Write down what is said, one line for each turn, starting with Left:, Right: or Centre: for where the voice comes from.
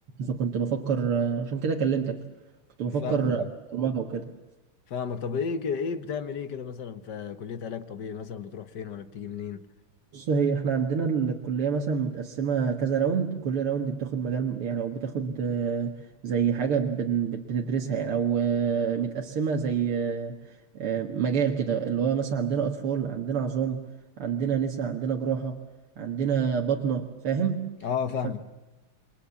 Right: فكنت بفكر آه، عشان كده كلمتك كنت بفكر
Left: فاهمك
Right: أدخل
Left: أهو.
Right: برمجة وكده
Left: فاهمك طب ايه ك- ايه بتعمل ايه كده مثلا في كلية علاج طبيعي مثلا بتروح فين ولا بتيجي منين
Right: بص هي احنا عندنا الكلية مثلا متقسمة كذا راوند كل راوند بتاخد مجال يعني او بتاخد آه، زي حاجة بن- بت- بتدرسها يعني او آه، متقسمة زي آه، آه، مجال كده اللي هو مثلا عندنا اطفال عندنا عظام عندنا نساء عندنا جراحة عندنا بطنة فاهم
Left: اه فاهمك
Right: ف آه،